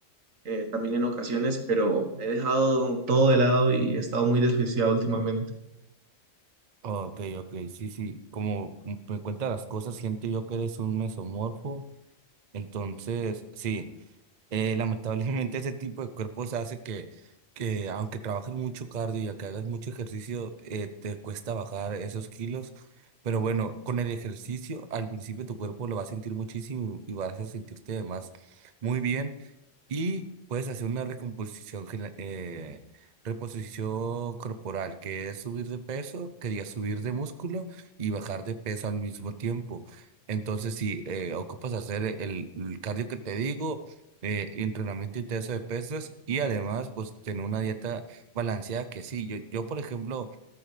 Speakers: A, on the right (about 85°); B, on the right (about 40°).
A: eh, también en ocasiones, pero he dejado todo de lado y he estado muy desjuiciado últimamente.
B: Ok, ok, sí, sí. Como me cuentas las cosas, siento yo que eres un mesomorfo. Entonces, sí. Eh, lamentablemente <laughs> ese tipo de cuerpos hace que, que aunque trabajes mucho cardio y aunque hagas mucho ejercicio, eh, te cuesta bajar esos kilos. Pero bueno, con el ejercicio al principio tu cuerpo lo va a sentir muchísimo y vas a sentirte además muy bien. Y puedes hacer una recomposición, gena- eh, reposición corporal, que es subir de peso, quería subir de músculo y bajar de peso al mismo tiempo. Entonces, si eh, ocupas hacer el, el cardio que te digo, eh, entrenamiento intenso de pesas y además pues tener una dieta balanceada que sí, yo, yo por ejemplo,